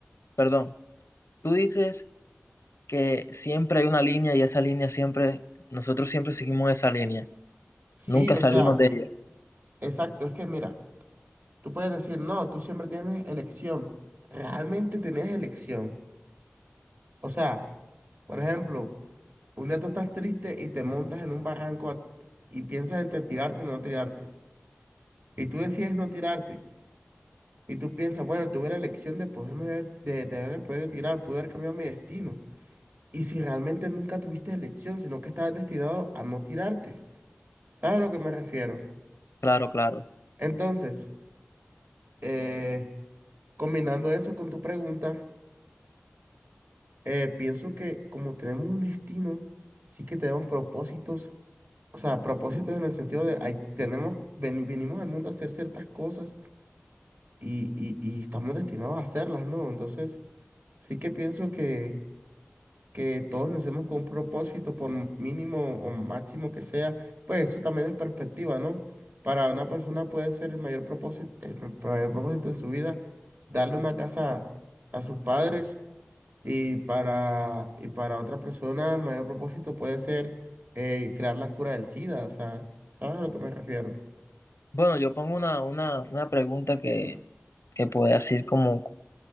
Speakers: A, on the left; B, on the right.
A: perdón, tú dices que siempre hay una línea y esa línea siempre, nosotros siempre seguimos esa línea.
B: sí,
A: Nunca
B: o
A: salimos
B: sea,
A: de ella.
B: exacto, es que mira, tú puedes decir, no, tú siempre tienes elección. Realmente tenías elección. O sea, Por ejemplo, un día tú estás triste y te montas en un barranco a- y piensas entre tirarte o no tirarte. Y tú decides no tirarte. Y tú piensas, bueno, tuve la elección de poderme haber- de, de haberme podido tirar, pude haber cambiado mi destino. Y si realmente nunca tuviste elección, sino que estabas destinado a no tirarte. ¿Sabes a lo que me refiero?
A: Claro, claro.
B: Entonces, eh, combinando eso con tu pregunta, eh, pienso que como tenemos un destino, sí que tenemos propósitos O sea, propósitos en el sentido de hay, tenemos, veni- venimos al mundo a hacer ciertas cosas y, y, y estamos destinados a hacerlas, ¿no? Entonces, sí que pienso que, que todos nacemos con un propósito, por m- mínimo o máximo que sea, pues eso también es perspectiva, ¿no? Para una persona puede ser el mayor propósito, el ma- mayor propósito en su vida, darle una casa a sus padres y para, y para otra persona, el mayor propósito puede ser eh, crear la cura del SIDA. O sea, ¿sabes a lo que me refiero?
A: Bueno, yo pongo una, una, una pregunta que, que puede decir como,